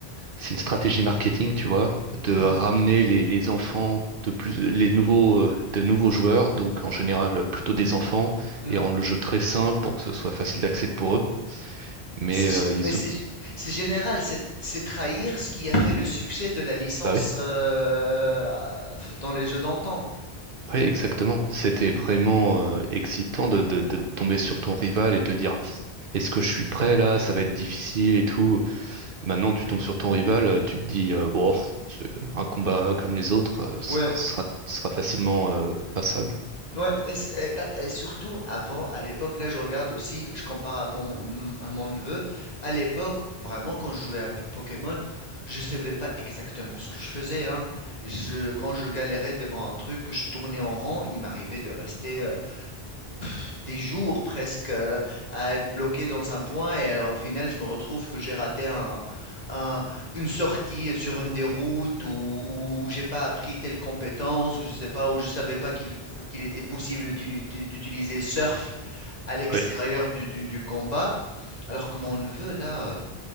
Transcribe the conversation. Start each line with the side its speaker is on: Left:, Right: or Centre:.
Right: c'est une stratégie marketing, tu vois, de
Left: mhm,
Right: ramener les, les enfants de plus, les nouveaux, euh, de nouveaux joueurs, donc en général euh, plutôt des enfants,
Left: mhm.
Right: et rendre le jeu très simple pour que ce soit facile d'accès pour eux. Mais
Left: Mais c'est gé-
Right: euh, ils,
Left: mais c'est
Right: ou-
Left: gé- c'est général, c'est c'est trahir ce qui a fait le succès de la licence
Right: bah oui.
Left: euh, dans les jeux d'antan.
Right: Oui, exactement. C'était vraiment euh, excitant de, de, de tomber sur ton rival et te dire, est-ce que je suis prêt là? Ça va être difficile et tout. Maintenant, tu
Left: Mm.
Right: tombes sur ton rival, euh, tu te dis, euh, bon, pff, c'est un combat comme les autres euh, sera,
Left: Ouais,
Right: sera, sera facilement euh, passable.
Left: ouais, et, c'est- et pas- et surtout avant, à l'époque, là je regarde aussi, je compare à mon, mon- à mon neveu, à l'époque, vraiment quand je jouais à P- Pokémon, je savais pas exactement ce que je faisais, hein. Je, quand je galérais devant un truc, que je tournais en rond, il m'arrivait de rester euh, pff, des jours presque euh, à être bloqué dans un point et euh, au final je me retrouve que j'ai raté un, un- une sortie sur une des routes ou où, où j'ai pas appris telle compétence ou je sais pas où je savais pas qu'il f- qu'il était possible d'utili- d'utiliser surf à l'extérieur
Right: Oui,
Left: du, du- du combat alors que mon neveu là euh,